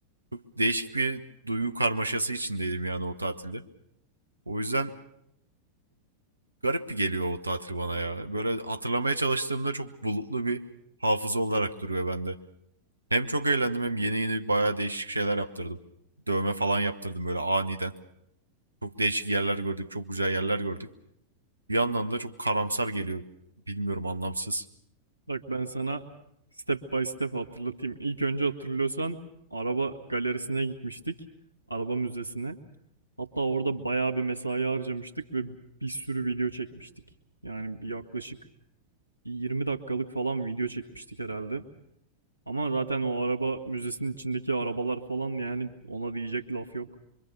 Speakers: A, on the right (about 80°); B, on the left (about 80°).
A: Çok değişik bir duygu karmaşası içindeydim yani o tatilde. O yüzden çok garip bir geliyor o tatil bana ya. Böyle hatırlamaya çalıştığımda çok bulutlu bir hafıza olarak duruyor bende. Hem çok eğlendim hem yeni yeni bayağı değişik şeyler yaptırdım. Dövme falan yaptırdım böyle aniden. Çok değişik yerler gördük, çok güzel yerler gördük. Bir yandan da çok karamsar geliyor. Bilmiyorum anlamsız.
B: Bak ben sana step by step hatırlatayım. İlk önce hatırlıyorsan araba galerisine gitmiştik. Araba müzesine. Hatta orada bayağı bir mesai harcamıştık ve bir sürü video çekmiştik. Yani bir yaklaşık 20 dakikalık falan video çekmiştik herhalde. Ama zaten o araba müzesinin içindeki arabalar falan yani ona diyecek laf yok.